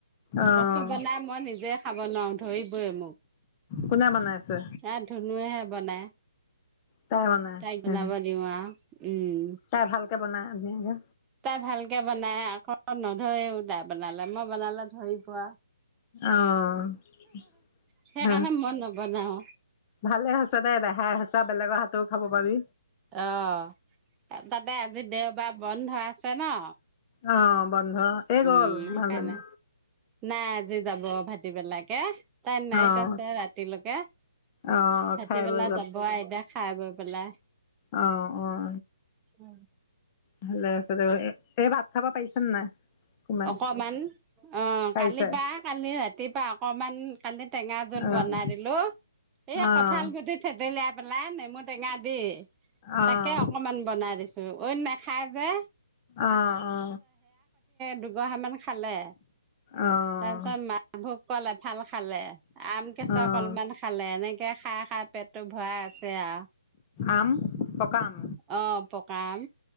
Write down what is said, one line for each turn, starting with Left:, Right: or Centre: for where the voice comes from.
Left: অঁ
Right: কচু বনাই মই নিজে খাম বনাও ধৰিবই মোক
Left: কোনে বনাইছে
Right: এ ধুনুুৱেহে বনাই।
Left: তাই বনাই
Right: তাই বলাব দিও আও উম
Left: তাই ভালকে বনাই ধুনীয়াকে
Right: তাই ভাল ভাল কৰে বনাই আকৌ নধৰি উ তাই বনালে মই বনালে ধৰি পোৱা
Left: অ '
Right: সেইকাৰণে
Left: হ
Right: মই নবনাও
Left: ভালে আ দেখাই সঁচা বেলেগৰ হাতও খাব পাৰি।
Right: অ' তাতে আজি দেওবাৰ বন্ধ আছে ন'
Left: অঁ বন্ধ এই গ'ল
Right: উম সেই
Left: মাজনী
Right: কাৰণে নাই আজি যাব ভতিবেলাকে তাই নাইট
Left: অঁ
Right: আছে ৰাতিলৈকে ভাটি
Left: অঁ খাই
Right: বেলা
Left: বৈ
Right: যাব এতিয়া খাই বৈ পেলাই
Left: অঁ অঁ
Right: উ,
Left: ভালে হৈছে এই ভাত থাবা পাইছ ন নাই কোমাই
Right: অকমান অ
Left: পাৰিছে
Right: কালি বাা কালি ৰাতিুৱা অকমান কালি টেঙা জোল
Left: অঁ
Right: বনাই দিলো এই
Left: অঁ
Right: কঁঠাল গুটি থেতেলিয়াই পেলাই নেমু টেঙা দি
Left: অঁ
Right: তাকে
Left: অঁ
Right: অকমান বনাই দিছো ই নাখাই যে
Left: আহ অ
Right: দুগ সাান খালে
Left: অঁ
Right: তাৰ পিছত মাক ভোক কলে ভাল খালে আম কেচক
Left: অঁ
Right: অলমান খালে এনেকে খাই খাই পেটটো ভৰাই আছে আৰু
Left: আম পকা আম
Right: আহ পকাম